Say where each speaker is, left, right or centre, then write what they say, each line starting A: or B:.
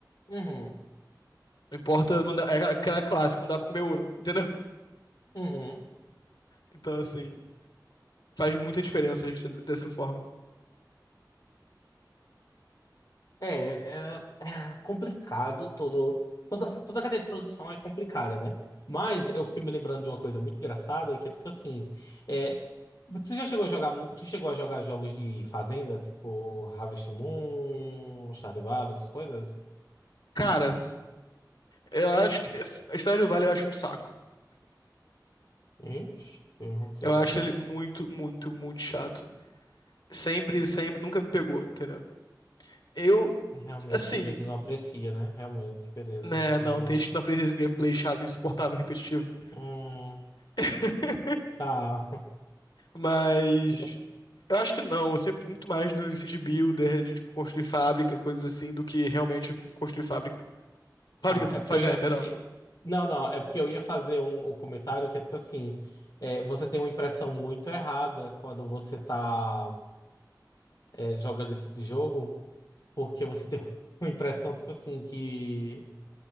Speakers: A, on the left; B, on the left.
A: Uhum,
B: Não importa, não dá, é aquela aquela clássica, não dá pra comer ouro, <laughs> entendeu?
A: uhum.
B: Então, assim, faz muita diferença a gente ser dessa forma.
A: É, é, é complicado todo. Toda, essa- toda a cadeia de produção é complicada, né? Mas eu fiquei me lembrando de uma coisa muito engraçada, que é tipo assim. É, tu já chegou a jogar, mu- tu chegou a jogar jogos de fazenda, tipo Harvest Moon, Stardew Valley, essas coisas?
B: Cara, eu acho que a história do Vale eu acho um saco.
A: Ixi, o quê?
B: Eu acho ele muito, muito, muito chato. Sempre, sempre, nunca me pegou, entendeu? Eu,
A: É Realmente,
B: assim,
A: esse jeito que não aprecia, né? Realmente, beleza.
B: né,
A: De
B: não,
A: jogo.
B: tem gente que não aprecia esse gameplay chato, insuportável, repetitivo.
A: Hum,
B: <laughs>
A: tá. <laughs>
B: Mas eu acho que não, eu sempre fui muito mais do city builder, de tipo construir fábrica, coisas assim, do que realmente construir fábrica. Fábrica,
A: Ah,
B: do-
A: é porque
B: fazenda,
A: eu ia.
B: perdão.
A: eh, Não, não, é porque eu ia fazer um, um comentário que é tipo assim: eh, você tem uma impressão muito errada quando você tá eh, jogando esse tipo de jogo, porque você tem <laughs> uma impressão, tipo assim, que,